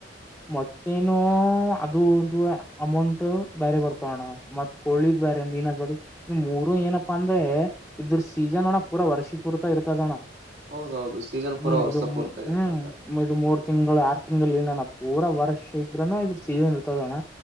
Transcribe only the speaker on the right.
ಹೌದೌದು ಸೀಸನ್ ಪೂರಾ
ವರ್ಷ
ಪೂರ್ತಿ ಇರ್ತೈತೆ